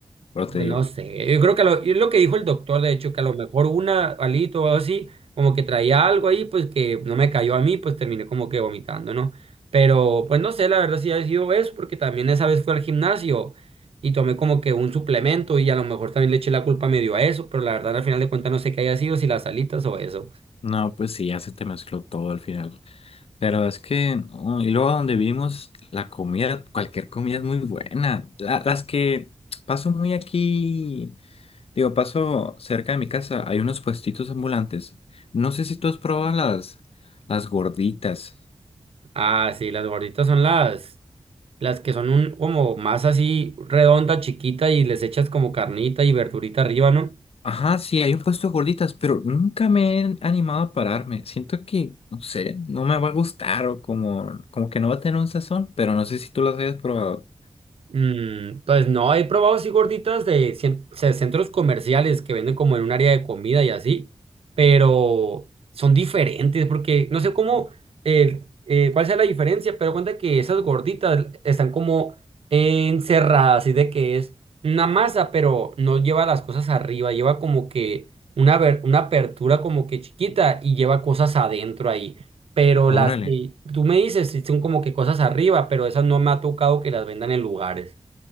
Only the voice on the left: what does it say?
Pero te
digo,
no, pues sí, ya se te mezcló todo al final. Pero es que, oh, y luego donde vivimos, la comida, cualquier comida es muy buena. La- las que paso muy aquí, digo, paso cerca de mi casa, hay unos puestitos ambulantes. No sé si tú has probado las, las gorditas.
Ajá, sí, hay un puesto de gorditas, pero nunca me he animado a pararme. Siento que, no sé, no me va a gustar o como, como que no va a tener un sazón, pero no sé si tú las hayas probado.
Órale.